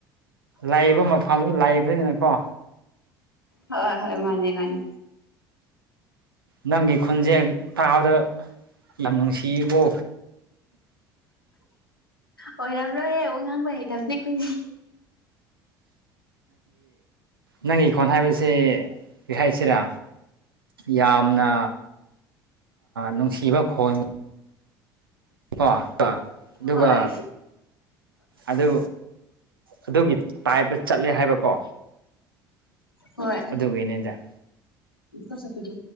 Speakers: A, on the right; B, on the left.
A: ꯂꯥꯛꯏꯕ ꯃꯐꯝꯗꯨ ꯂꯥꯛꯏꯕꯅꯤꯅꯀꯣ
B: ꯍꯣꯏ ꯍꯣꯏ ꯃꯥꯅꯦ ꯃꯥꯅꯦ
A: ꯅꯪꯒꯤ ꯈꯨꯟꯁꯦ ꯇꯥꯕꯗ ꯌꯥꯝ ꯅꯨꯡꯁꯤꯀꯣ
B: ꯑꯣꯏꯔꯝꯔꯣꯏꯍꯕ ꯉꯥꯡꯕ ꯍꯩꯇꯕꯅꯦ ꯑꯩꯈꯣꯏꯅꯦ
A: ꯅꯪ ꯏꯈꯣꯟ ꯍꯥꯏꯕꯁꯦ ꯀꯔꯤ ꯍꯥꯏꯁꯤꯔꯥ ꯌꯥꯝꯅ ꯅꯨꯡꯁꯤꯕ ꯈꯣꯡ ꯀꯣ ꯑꯗꯨꯒ
B: ꯍꯣꯏ
A: ꯑꯗꯨ ꯑꯗꯨꯒꯤ ꯇꯥꯏꯞꯇ ꯆꯠꯂꯦ ꯍꯥꯏꯕꯀꯣ
B: ꯍꯣꯏ
A: ꯑꯗꯨꯒꯤꯅꯤꯗ
B: ꯀꯁ ꯐꯗꯤ